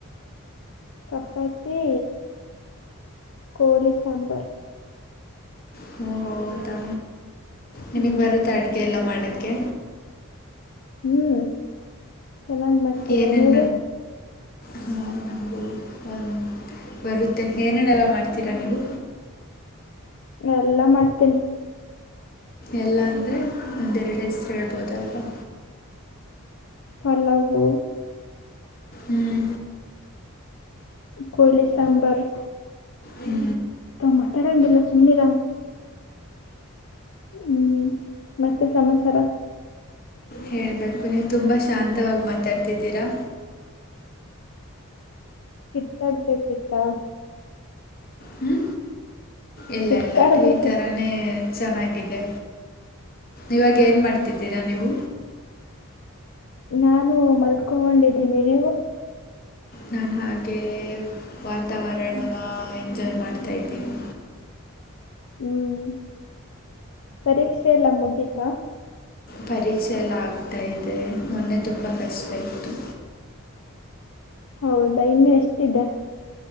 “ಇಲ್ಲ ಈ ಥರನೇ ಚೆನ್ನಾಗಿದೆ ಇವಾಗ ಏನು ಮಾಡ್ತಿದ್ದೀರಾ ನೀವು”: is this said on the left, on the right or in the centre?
Left